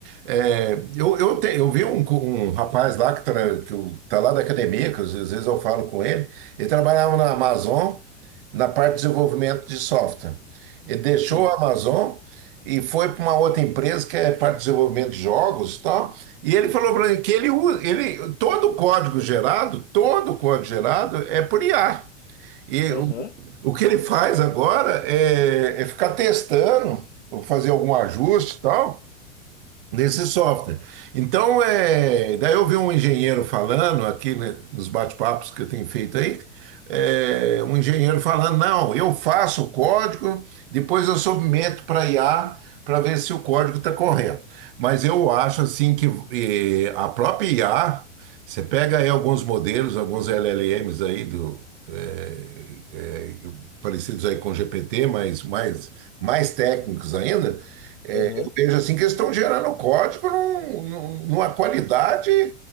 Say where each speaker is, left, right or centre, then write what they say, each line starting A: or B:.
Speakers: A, on the right (about 50°); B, on the left (about 70°).
A: É, eu, eu, te- eu vi um, co- um rapaz lá que está lá da academia, que às vezes eu falo com ele, ele trabalhava na Amazon, na parte de desenvolvimento de software. Ele deixou
B: sim.
A: a Amazon e foi para uma outra empresa que é parte de desenvolvimento de jogos e tal. E ele falou para mim que ele, usa- ele todo o código gerado, todo o código gerado é por IA. E
B: Aham,
A: o, o que ele faz agora é, é ficar testando, ou fazer algum ajuste e tal, desse software. Então, é, daí eu vi um engenheiro falando aqui, né, nos bate-papos que eu tenho feito aí, é, um engenheiro falando, não, eu faço o código, depois eu submeto para IA para ver se o código está correto. Mas eu acho assim que eh, a própria IA, você pega aí alguns modelos, alguns LLMs aí do eh, eh, parecidos aí com GPT, mas mais mais técnicos ainda.
B: aham.
A: Veja assim, que eles estão gerando código num- num- numa qualidade